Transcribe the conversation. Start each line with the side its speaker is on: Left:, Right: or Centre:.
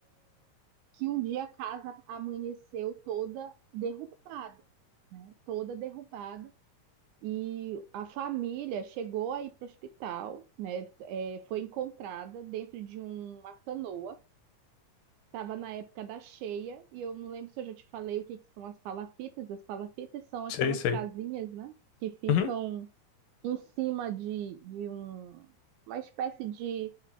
Right: que um dia a casa amanheceu toda derrubada, toda derrubada. E a família chegou aí para o hospital, né? é, foi encontrada dentro de uma canoa Tava na época da cheia, e eu não lembro se eu já te falei o que que são as palafitas. As palafitas são aquelas
Left: Sei, sei.
Right: casinhas, né? Que ficam
Left: Uhum.
Right: em cima de, de um, uma espécie de